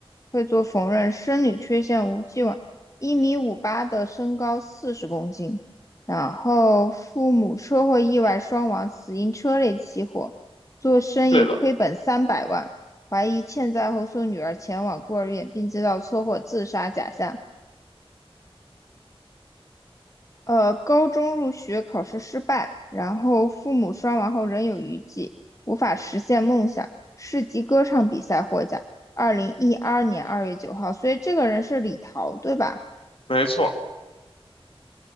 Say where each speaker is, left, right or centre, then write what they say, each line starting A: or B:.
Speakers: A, on the left; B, on the left.
A: 会做缝纫，生理缺陷无既往，一米五八的身高，四十公斤。然后父母车祸意外双亡，死因车内起火，做生意亏本三百万，
B: 对的，
A: 怀疑欠债后送女儿前往孤儿院，并制造车祸自杀假象。呃，高中入学考试失败，然后父母双亡后仍有余悸，无法实现梦想。市级歌唱比赛获奖，二零一二年二月九号。所以这个人是李桃，对吧？
B: 没错，